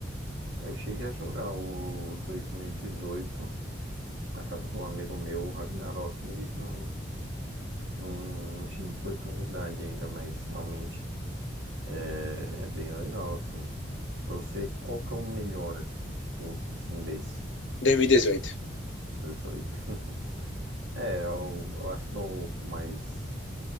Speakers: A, on the right; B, on the left.
A: Eu cheguei a jogar o 2018 na casa de um amigo meu, o Ragnarok, e não, não, não tive oportunidade ainda, mas realmente é, é bem legal assim. Pra você, qual que é o melhor de todos assim desse
B: dois mil e dezoito
A: 18? <laughs> É, eu, eu acho que é o mais,